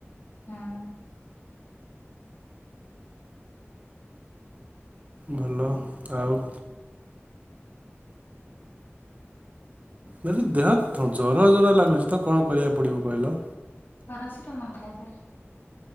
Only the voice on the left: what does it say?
ହଁ।
ପାରାସିଟାମଲ ଖାଇଦେ